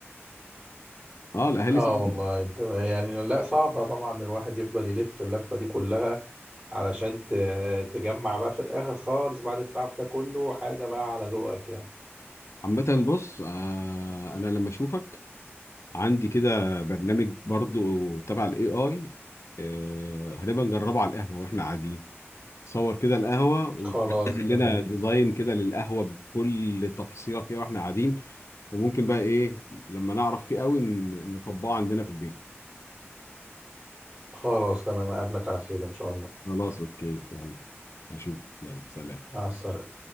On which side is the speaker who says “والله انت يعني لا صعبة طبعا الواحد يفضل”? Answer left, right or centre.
Right